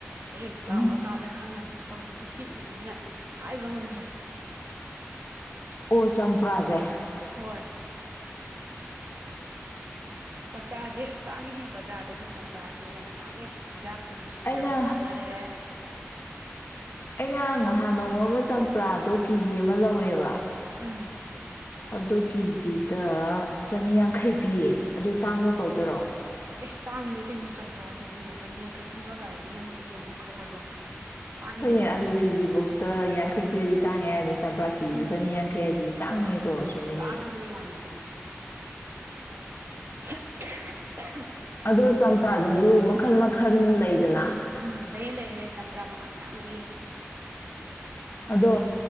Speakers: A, on the right; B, on the left.
A: ꯍꯌꯦꯡ ꯆꯥꯎꯔꯀꯥꯟꯗ
B: ꯎꯝ
A: ꯈꯪꯒꯅꯤ ꯁꯤ ꯄꯤꯛꯏꯕꯅꯤꯅ ꯍꯥꯏꯕ ꯉꯝꯗ꯭ꯔꯦ
B: ꯆꯝꯄ꯭ꯔꯗ
A: ꯍꯣꯏ ꯆꯝꯄꯔꯥꯁꯦ ꯑꯁ ꯇꯥꯡꯉꯤꯍꯦ ꯕꯖꯥꯔꯗꯗꯤ ꯆꯝꯄꯔꯥꯁꯦ ꯌꯥꯝ ꯇꯥꯡꯉꯦ ꯍꯤꯗꯥꯛ ꯀꯤꯁꯨ ꯁꯤꯖꯤꯟꯅꯕ
B: ꯑꯩꯅ
A: ꯀꯥꯟꯅꯔꯛꯑꯦ
B: ꯑꯩꯅ ꯉꯍꯥꯟ ꯅꯣꯡꯃ ꯑꯃ ꯆꯝꯄ꯭ꯔꯥꯗꯣ ꯀꯦꯖꯤ ꯑꯃ ꯂꯧꯋꯦꯕ
A: ꯎꯝ
B: ꯑꯗꯨ ꯀꯦꯖꯤꯗ ꯆꯅꯤꯌꯥꯡꯈꯩ ꯄꯤꯌꯦ ꯑꯗꯨ ꯇꯥꯡꯕ ꯀꯧꯗꯔꯣ
A: ꯑꯦꯁ ꯇꯥꯡꯉꯤꯅꯦ ꯀꯩꯅꯣ ꯆꯝꯄ꯭ꯔꯥ ꯀꯦꯖꯤꯗ ꯆꯅꯤꯌꯥꯡꯈꯩ ꯄꯤꯕ ꯀꯥꯏꯁꯦ ꯅꯪꯁꯨ ꯌꯦꯡꯉꯣ ꯈꯜꯂꯒ ꯇꯥꯡꯉꯤꯅꯦꯗꯣ
B: ꯍꯣꯏꯅꯦ ꯑꯥꯂꯨ ꯀꯦꯖꯤꯐꯧꯗ ꯌꯥꯡꯈꯩ ꯄꯤꯔ ꯇꯥꯏ ꯍꯥꯏꯕꯅꯤ ꯆꯝꯄ꯭ꯔꯥ ꯀꯤꯖꯤ
A: ꯎꯝ
B: ꯆꯅꯤꯌꯥꯡꯈꯩ ꯍꯥꯏꯗꯤ ꯇꯥꯡꯉꯦꯀꯣ
A: ꯑꯗꯨꯅꯦ
B: ꯆꯨꯝꯃꯤꯅꯦꯦ
A: ꯏꯁ ꯇꯥꯡꯉꯝꯅꯦ ꯌꯥꯝꯅꯗꯣ <inaudible>
B: ꯑꯗ‌ꯣ ꯆꯝꯄ꯭ꯔꯥꯗꯁꯨ ꯃꯈꯟ ꯃꯈꯜ ꯂꯩꯗꯅ
A: ꯎꯝ ꯂꯩꯌꯦ ꯂꯩ ꯂꯩ ꯆꯝꯄ꯭ꯔꯥ ꯃꯈꯜ ꯌꯥꯝꯌꯥꯝ ꯂꯩꯑ‌ꯦ
B: ꯑꯗꯣ